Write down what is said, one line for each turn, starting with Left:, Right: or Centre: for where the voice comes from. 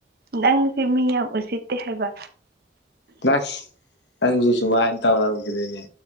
Right: ꯅꯪꯁꯦ ꯃꯤ ꯌꯥꯝ ꯎꯁꯤꯠꯇꯦ ꯍꯥꯏꯕ꯫
Left: ꯅꯁ ꯅꯪꯖꯨ ꯖꯨꯃꯥꯏ ꯇꯧꯔꯝꯒ꯭ꯔꯤꯅꯦ꯫